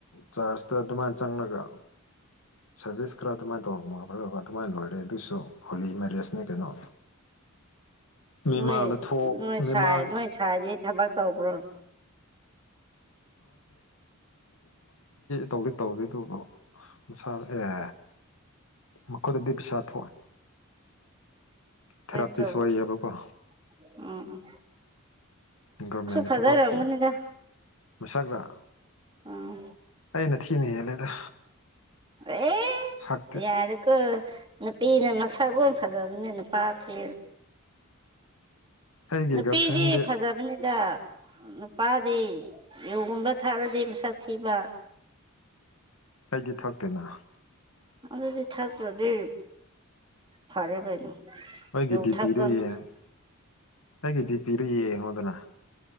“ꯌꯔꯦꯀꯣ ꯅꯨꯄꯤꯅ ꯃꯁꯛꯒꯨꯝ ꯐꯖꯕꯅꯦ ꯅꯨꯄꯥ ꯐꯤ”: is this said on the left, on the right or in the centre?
Right